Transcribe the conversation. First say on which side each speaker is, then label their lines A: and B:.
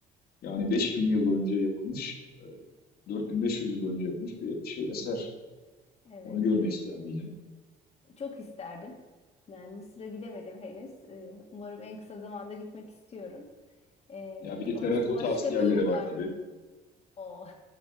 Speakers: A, on the left (about 65°); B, on the left (about 40°).
A: yani beş bin yıl önce yapılmış, e, 4500 yıl önce yapılmış bir şey eser.
B: evet.
A: Onu görmek ister miydin?
B: Çok isterdim. Yani Mısır'a gidemedim henüz. E, umarım en kısa zamanda gitmek istiyorum. E,
A: Ya bir de
B: orası
A: terakota
B: başka
A: askerleri
B: bir uygarlık.
A: var tabii.
B: O.